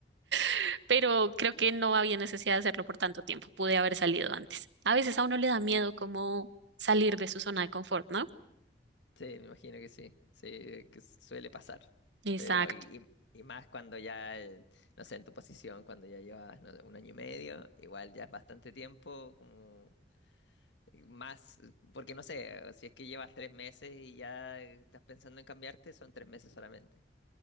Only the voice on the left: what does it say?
Sí, me imagino que sí, sí, que s- suele pasar.
Pero, y, y- y más cuando ya, eh, no sé, en tu posición, cuando ya llevas, no sé, un año y medio, igual ya es bastante tiempo, como eh, más, eh, porque no sé, si es que llevas tres meses y ya eh, estás pensando en cambiarte, son tres meses solamente.